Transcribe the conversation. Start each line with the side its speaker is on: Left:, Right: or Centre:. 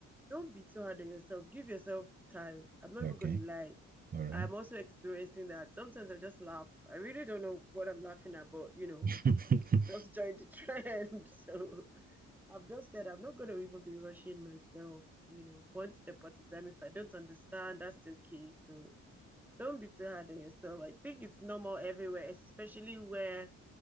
Centre: don't be too hard on yourself. Give yourself time. I'm not
Right: Okay,
Centre: even gonna lie.
Right: all right.
Centre: I'm also experiencing that. Sometimes I just laugh. I really don't know what I'm laughing at, but you know.
Right: <laughs>
Centre: just joined the <laughs> trend. So I've just said I'm not going to even be rushing myself, you know, one step at a time. If I don't understand, that's okay. So don't be too hard on yourself. I think it's normal everywhere, especially where